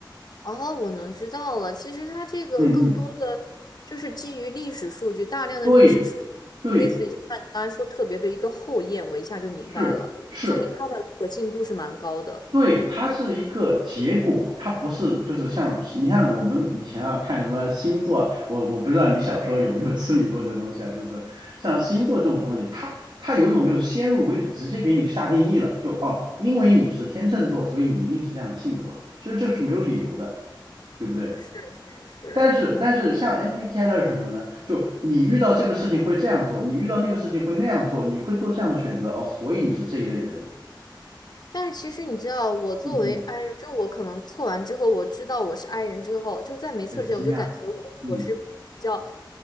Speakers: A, on the left; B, on the right.
A: 哦，我能知道了。其实它这个更多的就是基于历史数据，
B: 嗯嗯，
A: 大量的历史数
B: 对对，
A: 据类似于就像你刚才说特别的一个后验，我一下就明白了，
B: 是是，
A: 说明它的可信度是蛮高的。
B: 对，它是一个结果，它不是就是像你像我们以前啊看什么星座啊我我不知道你小时候有没有痴迷过这东西啊，就是像星座这种东西，它它有一种就是先入为主，直接给你下定义了，就哦，因为你是天秤座，所以你一定是这样的性格，其实这是没有理由的，对不对？
A: 是是是，
B: 但是但是像
A: 那
B: MBTI 它是什么呢？就你遇到这个事情会这样做，你遇到那个事情会那样做，你会做这样的选择哦，所以你是这一类人，
A: 但是其实你知道，我作为
B: 嗯嗯，
A: I 人，就我可能测完之后，我知道我是 I 人之后，就在没测之前，
B: 很惊讶，
A: 我就感觉我我是比较
B: 嗯。